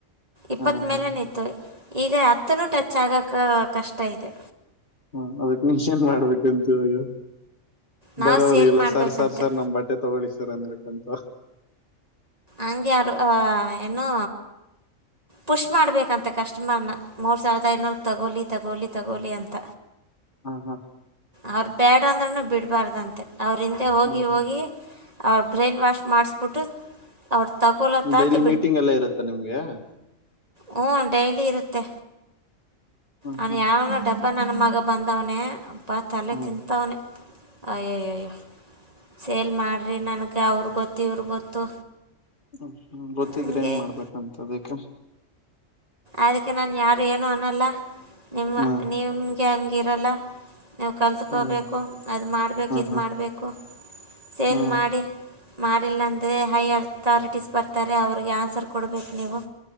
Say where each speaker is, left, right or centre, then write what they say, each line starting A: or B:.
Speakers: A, on the right; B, on the left.
A: ಇಪ್ಪತ್
B: ಹಾ
A: ಮೇಲನ
B: ಹಾ
A: ಇತ್ತು ಈಗ ಹತ್ತುನೂ ಟಚ್ ಆಗಕ ಕಷ್ಟ ಇದೆ
B: ಹ್ಮ ಅದಕ್ ಮೀಷ ಏನ್ ಮಾಡ್ಬೇಕಂತ ಇವಾಗ
A: ನಾವು
B: ಬರೋರಿ
A: ಸೇಲ್
B: ಇಲ್ಲ
A: ಮಾಡಬೇಕಂತೆ
B: ಸರ್ ಸಾರ್ ಸರ್ ನಮ್ ಬಟ್ಟೆ ತಗೊಳ್ಳಿ ಸರ್ ಅನ್ಬೇಕಂತ
A: ಅಂಗಗೆರು ಏನೋ ಪುಷ್ ಮಾಡ್ಬೇಕಂತೆ ಕಸ್ಟಮರ್ನ ಮೂರ್ ಸಾವಿರದ ಐನೂರ ತಗೋಲಿ ತಗೋಲಿ ತಗೋಲಿ ಅಂತ
B: ಮ್ಮ ಮ್ಮ
A: ಅವ್ರ ಬೇಡ ಅಂದ್ರರುನು ಬಿಡ್ಬಾರ್ದಂತೆ ಅವ್ರ ಹಿಂದೆ ಹೋಗಿ
B: ಹಾ ಹಾ
A: ಹೋಗಿ ಅವರು ಬ್ರೇನ್ ವಾಷ್ ಮಾಡಿಸಬಿಟ್ಟು ಅವ್ರ ತಗೊಳ್ಳೋ ತನಕ
B: ಡೈಲಿ ಮೀಟಿಂಗ್ ಎಲ್ಲ ಇರುತ್ತ ನಿಮ್ಗೆ
A: ಹ್ ಡೈಲಿ ಇರುತ್ತೆ
B: ಹಾ
A: ಅವನ್
B: ಹಾ
A: ಯಾವನೋ ಡಬ್ಬ ಹಬ್ಬ ನನ್ನ ಮಗ ಬಂದವನೇ ಹಬ್ಬ ತಲೆ
B: ಹಾ
A: ತಿಂತವನೇ ಅಯ್ಯೋಯ್ಯ ಅಯ್ಯ ಸೇಲ್ ಮಾಡ್ರರಿ ನನಗೆ ಅವರು ಗೊತ್ತು ಇವ್ರು ಗೊತ್ತು
B: ಹ್ಮ ಹ್ಮ ಗೊತ್ತಿದ್ರೆ
A: ಹಂಗೆ
B: ಏನ್ ಮಾಡ್ಬೇಕಂತದಿಕ್ಕೆ
A: ಅದಕ್ಕೆ ನಾನ್ ಯಾರು ಏನು ಅನ್ನಲ್ಲ ನಿಮ್ಮ
B: ಹಾ
A: ನಿಮಗೆ ಗಿರಲ್ಲ ನಾವು ಕಲ್ತ್ಕೊಬೇಕು
B: ಹಾ
A: ಅದು ಮಾಡಬೇಕು ಇದು
B: ಹಾ
A: ಮಾಡಬೇಕು ಸೇಲ್
B: ಹಾ
A: ಮಾಡಿ ಮಾಡಿಲ್ಲ ಅಂದರೆ ಹೈಯರ್ ಅಥಾರಿಟೀಸ್ ಬರ್ತಾರೆ ಅವ್ರಿಗೆ ಆನ್ಸರ್ ಕೊಡಬೇಕು ನೀವು